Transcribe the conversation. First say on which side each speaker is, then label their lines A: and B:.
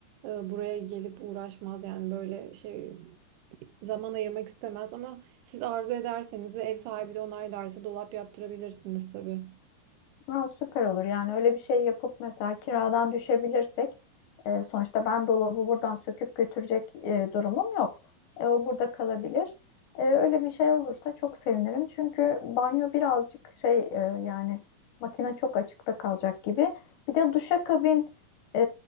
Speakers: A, on the right (about 85°); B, on the left (about 75°).
A: e, buraya gelip uğraşmaz yani böyle şey zaman ayırmak istemez ama siz arzu ederseniz ve ev sahibi de onaylarsa dolap yaptırabilirsiniz tabii.
B: Ha, süper olur. Yani öyle bir şey yapıp mesela kiradan düşebilirsek e, sonuçta ben dolabı buradan söküp götürecek e, durumum yok. E, o burada kalabilir. E, öyle bir şey olursa çok sevinirim. Çünkü banyo birazcık şey e, yani makine çok açıkta kalacak gibi. Bir de duşakabin e,